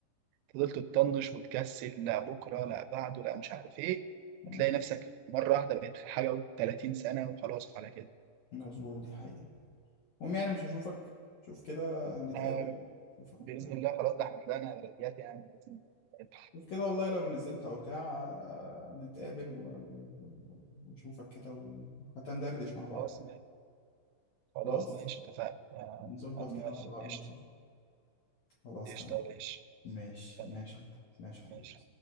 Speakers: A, on the right; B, on the left.
A: فضلت تطنش وتكسل لا بكره لا بعده لا مش عارف ايه
B: مم.
A: هتلاقي نفسك مره واحده بقيت في حاجه و30 سنه وخلاص على كده
B: مظبوط دي حقيقة المهم يعني مش هشوفك شوف كده نتقابل
A: آه،
B: اشوفك
A: باذن
B: وبتاع
A: الله خلاص ده احنا طلعنا بلديات يعني باذن الله
B: شوف كده والله لو نزلت او بتاع آه، نتقابل و- و- و- واشوفك كده و- وحتى ندردش مع
A: خلاص
B: بعض
A: خلاص
B: خلاص
A: ماشي اتفقنا آه،
B: نظبط
A: أنا موافق
B: كده مع بعض
A: قشطة
B: ونشوف خلاص
A: قشطة
B: تمام
A: يا باشا
B: ماشي
A: تمام
B: ماشي ماشي يا حبيبي
A: ماشي